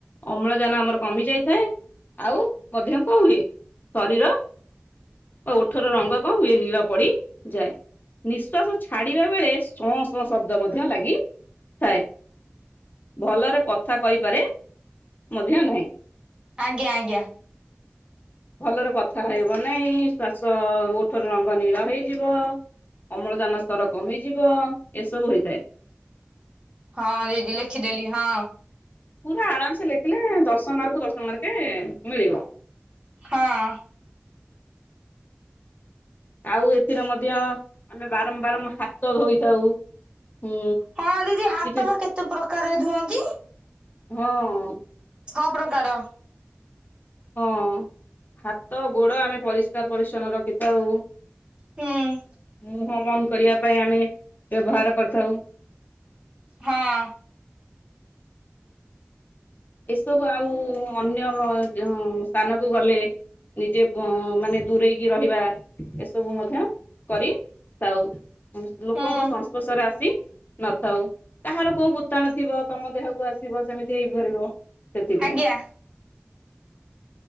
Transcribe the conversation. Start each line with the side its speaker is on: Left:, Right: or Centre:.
Left: ଅମ୍ଳଜାନ ଆମର କମି ଯାଇଥାଏ। ଆଉ ମଧ୍ୟ କଣ ହୁଏ ଶରୀର ଓ ଓଠର ରଙ୍ଗ କଣ ହୁଏ ନୀଳ ପଡି ଯାଏ। ନିଶ୍ଵାସ ଛାଡିବା ବେଳେ ସଂ ସଂ ଶବ୍ଦ ମଧ୍ୟ ଲାଗି ଥାଏ। ଭଲରେ କଥା କହିପାରେ ମଧ୍ୟ ନାହିଁ।
Right: ଆଜ୍ଞା ଆଜ୍ଞା।
Left: ଭଲରେ କଥା ହେଇ ହବ ନାଇଁ। ଶ୍ଵାସ ଓଠର ରଙ୍ଗ ନୀଳ ହେଇଯିବ। ଅମ୍ଳଜାନ ସ୍ତର କମିଯିବ, ଏସବୁ ହୋଇଥାଏ।
Right: ହଁ ଦିଦି ଲେଖିଦେଲି ହଁ।
Left: ପୁରା ଆରାମସେ ଲେଖିଲେ ଦଶ ମାର୍କୁ ଦଶ ମାର୍କେ ମିଳିବ।
Right: ହଁ।
Left: ଆଉ ଏଥିରେ ମଧ୍ୟ ଆମେ ବାରମ୍ବାରମ୍ ହାତ ଧୋଇଥାଉ ଉଁ
Right: ହଁ ଦିଦି ହାତବା
Left: କିଛି
Right: କେତେ ପ୍ରକାରରେ ଧୁଅନ୍ତି।
Left: ହଁ।
Right: ଛ ପ୍ରକାର
Left: ହଁ ହାତ ଗୋଡ଼ ଆମେ ପରିଷ୍କାର ପରିଛନ୍ନ ରଖିଥାଉ
Right: ହୁଁ।
Left: ମୁହଁ ବନ୍ଦ କରିବା ପାଇଁ ଆମେ ବ୍ୟବହାର କରିଥାଉ
Right: ହଁ।
Left: ଏସବୁ ଆଉ ଅନ୍ୟ <unintelligible> ସ୍ଥାନକୁ ଗଲେ ନିଜେ ମାନେ ଦୂରେଇକି ରହିବା ଏସବୁ ମଧ୍ୟ କରି ଥାଉ ଲୋକଙ୍କ
Right: ହୁଁ
Left: ସଂସ୍ପର୍ଶରେ ଆସି ନଥାଉ କାହାର କୋଉ ଭୂତାଣୁ ଥିବ ତମ ଦେହକୁ ଆସିବ ସେମିତି ହେଇପାରିବ ସେଥିପାଇଁ।
Right: ଆଜ୍ଞା